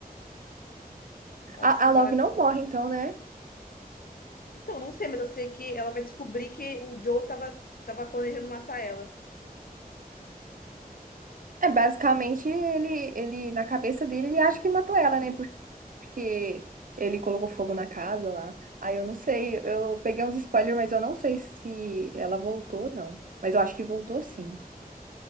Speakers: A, on the left (about 70°); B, on the right (about 60°).
A: Ela
B: A,
A: descobre...
B: a Love não morre, então, né?
A: Então, não sei, mas eu sei que ela vai descobrir que o Joe tava, tava planejando matar ela.
B: É, basicamente, ele, ele, na cabeça dele, ele acha que matou ela, né? porque ele colocou fogo na casa lá. Aí eu não sei, eu peguei uns spoilers, mas eu não sei se ela voltou, não. Mas eu acho que voltou sim.